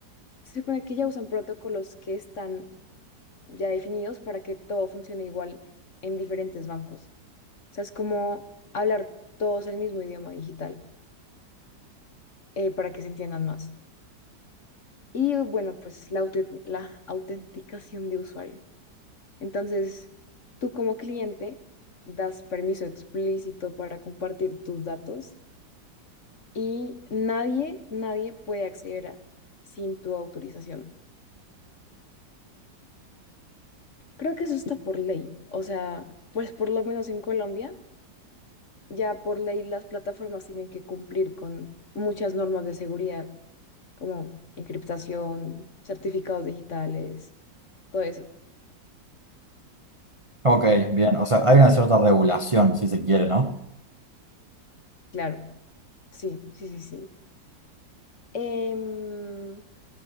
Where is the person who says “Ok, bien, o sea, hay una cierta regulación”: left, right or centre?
Right